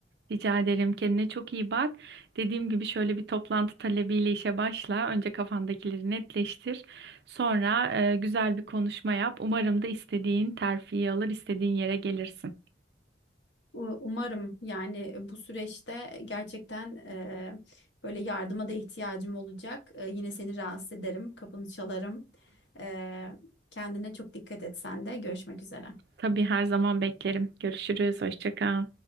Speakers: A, on the right; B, on the left.
A: Rica ederim. Kendine çok iyi bak. Dediğim gibi şöyle bir toplantı talebiyle işe başla. Önce kafandakileri netleştir. Sonra e, güzel bir konuşma yap. Umarım da istediğin terfiyi alır, istediğin yere gelirsin.
B: U- Umarım yani bu süreçte gerçekten e, böyle yardıma da ihtiyacım olacak. E, yine seni rahatsız ederim, kapını çalarım. E, kendine çok dikkat et sen de. Görüşmek üzere.
A: Tabii her zaman beklerim. Görüşürüz. Hoşça kal.